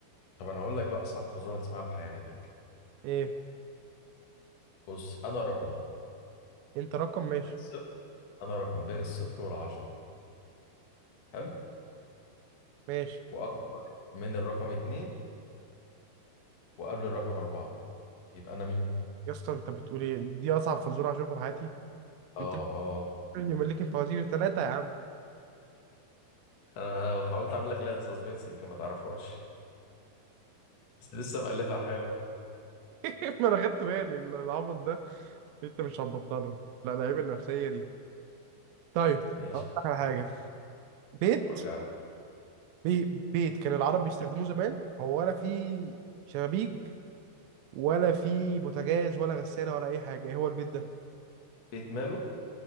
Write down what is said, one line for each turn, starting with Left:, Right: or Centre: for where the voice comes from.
Left: طب انا هقول لك بقى اصعب فزوره تسمعها في حياتك
Right: إيه
Left: بص انا رقم
Right: أنت رقم ماشي
Left: بين الصفر انا رقم بين الصفر والعشرة حلو
Right: ماشي
Left: واكبر من الرقم اتنين وقبل الرقم اربعة يبقى انا مين
Right: يا اسطى أنت بتقول إيه دي أصعب فزورة هشوفها في حياتي
Left: اه
Right: أنت
Left: اه
Right: اللي ملك الفوازير ثلاثة يا عم
Left: انا حاولت اعمل لك ليها سسبنس يمكن ما تعرفهاش بس لسه مألفها حالا
Right: <laughs> ما أنا خدت بالي العبط ده أنت مش هتبطله لا العيب النفسية دي طيب
Left: ماشي
Right: أقول لك على حاجة بيت
Left: قول لي على حاجة.
Right: بي بيت كان العرب بيستخدموه زمان هو ولا فيه شبابيك ولا فيه بوتاجاز ولا غسالة ولا أي حاجة إيه هو البيت ده
Left: بيت ماله